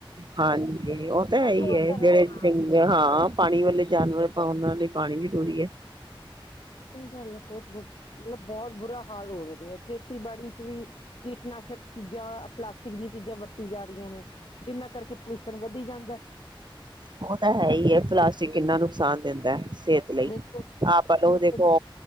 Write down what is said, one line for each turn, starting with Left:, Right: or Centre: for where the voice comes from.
Right: ਹਾਂਜੀ ਉਹ ਤਾਂ ਇਹੀ
Left: ਤੋਂ
Right: ਹੈ
Left: ਅਸਰ
Right: ਜਿਹੜੇ
Left: ਹਾਂ
Right: ਹਾਂ ਪਾਣੀ ਵਾਲੇ ਜਾਨਵਰ ਆਪ ਉਹਨਾਂ ਲਈ ਪਾਣੀ ਜ਼ਰੂਰੀ ਹੈ।
Left: ਸਹੀ ਗੱਲ ਹੈ <unintelligible> ਬਹੁਤ ਬੁਰਾ ਹਾਲ ਹੋ ਰਹੇ ਹੈ ਖੇਤੀਬਾੜੀ ਵੀ ਕੀਟਨਾਸ਼ਕ ਚੀ ਜਾਂ ਪਲਾਸਟਿਕ ਦੀਆਂ ਚੀਜ਼ਾਂ ਵਰਤੀ ਜਾ ਰਹੀਆਂ ਨੇ। ਜਿੰਨਾ ਕਰਕੇ ਪੁਰਲੂਸ਼ਣ ਵੱਧੀ ਜਾਂਦਾ
Right: ਉਹ ਤਾਂ ਹੈ ਹੀ ਹੈ ਪਲਾਸਟਿਕ ਕਿੰਨਾ ਨੁਕਸਾਨ ਦਿੰਦਾ ਹੈ। ਸਿਹਤ ਲਈ
Left: ਬਿਲਕੁਲ
Right: ਆਪ ਲੋ
Left: ਬਿਲਕੁਲ
Right: ਉਹ ਦੇਖੋ